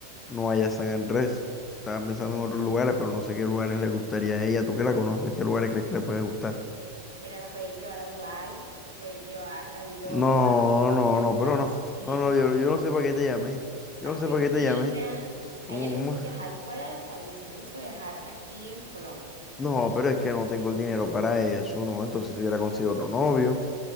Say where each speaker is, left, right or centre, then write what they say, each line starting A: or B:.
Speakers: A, on the left; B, on the right.
A: no allá a San Andrés. Estaba pensando en otros lugares, pero no sé qué lugares le gustaría a ella. Tú que la conoces, ¿qué lugares crees que le puede gustar?
B: Mira, la puedes llevar a Dubái, la puedes llevar a Europa,
A: No, no,
B: a
A: no,
B: Estados
A: pero no.
B: Unidos,
A: No, no, yo, yo no sé para qué te llamé.
B: Argentina.
A: Yo no sé para qué te llamé. ¿Cómo,
B: A ella le
A: cómo?
B: gusta viajar fuera del país, no le gusta viajar aquí en Colombia.
A: No, pero es que no tengo el dinero para eso, ¿no? Entonces si hubiera conseguido otro novio.